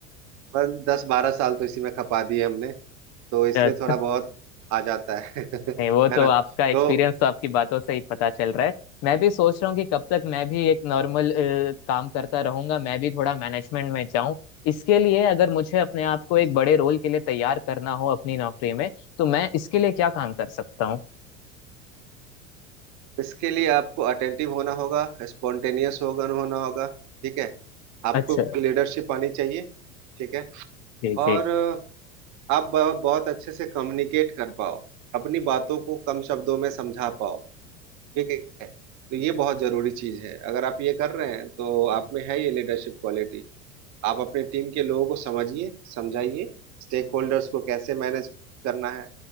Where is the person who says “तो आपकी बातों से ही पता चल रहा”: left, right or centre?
Left